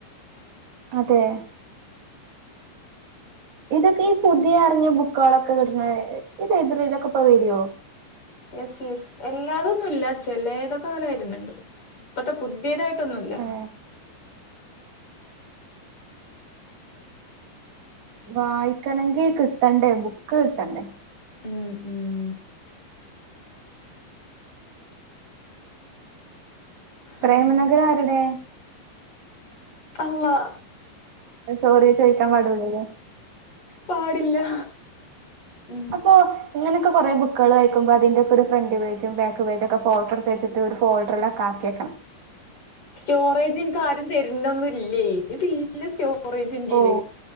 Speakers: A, on the right (about 45°); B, on the left (about 30°).
A: അതെ ഇതൊക്കെ ഈ പുതിയ അറിഞ്ഞ ബുക്കളൊക്കെ കിട്ടുന്ന ഈ ലൈബ്രറിയിലൊക്കെ പോ വരുവോ
B: എസ് എസ് എല്ലാതൊന്നും ഇല്ല ചിലതൊക്കെ ഇങ്ങനെ വര്ന്ന് ഇണ്ട് ഇപ്പത്തെ പുതിയതായിട്ട് ട്ടൊന്നുല്ല
A: ഏ വായിക്കണങ്കി കിട്ടണ്ടേ ബുക്ക് കിട്ടണ്ടേ
B: ഉം ഉം
A: പ്രേമനഗരം
B: ഉം
A: ആരുടെ
B: അള്ളാ
A: സോറി ചോദിക്കാൻ പാടുലല്ലോ
B: പാടില്ലാ ഉം
A: ഇപ്പോ ഇങ്ങനൊക്കെ കൊറേ ബുക്ക്കളയക്കുമ്പോ അതിൻ്റൊക്കൊരു ഫ്രണ്ട് പേജും ബാക്ക് പേജൊക്കെ ഫോട്ടോടു ത്ത് വെച്ചിട്ട് ഒരു ഫോൾഡർല് ആക്കാക്കിയെക്കണം
B: സ്റ്റോറേജ് എനിക്കാരും തര്നൊന്നുല്ലേയ് എനിക്ക് സ്റ്റോ റ്റോറേജെൻ്റീല്
A: ഓ